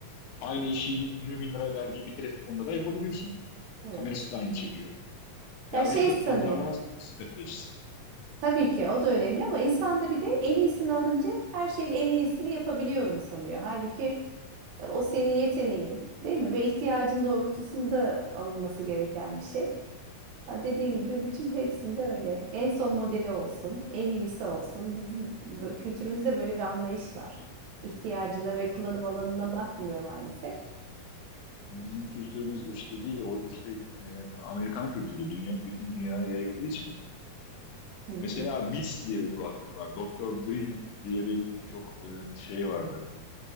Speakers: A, on the left; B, on the right.
A: aynı işi 20 bin lira verdiğin bir telefonda da yapabiliyorsun.
B: Evet.
A: Kamerası da aynı çekiyor. Yani
B: Ya şey
A: hep
B: sanıyor.
A: pazarlama stratejisi.
B: Tabii ki o da önemli ama insan da bir de en iyisini alınca her şeyin en iyisini yapabiliyorum sanıyor. Halbuki e, o senin yeteneğin, değil mi? Ve ihtiyacın doğrultusunda alınması gereken bir şey. Ha dediğin gibi bütün hepsinde öyle. En son modeli olsun, en iyisi olsun. Bizim bö- kültürümüzde böyle bir anlayış var. İhtiyacına ve kullanım alanına bakmıyor maalesef.
A: Ya, bizim kültürümüz işte değil, o işte e, Amerikan kültürü dünya, bütün dünyaya yayıldığı için.
B: Hı
A: Mesela
B: hı.
A: Beats diye bir kulaklık var. Dr. Dre diye bir çok e, şey vardı. E,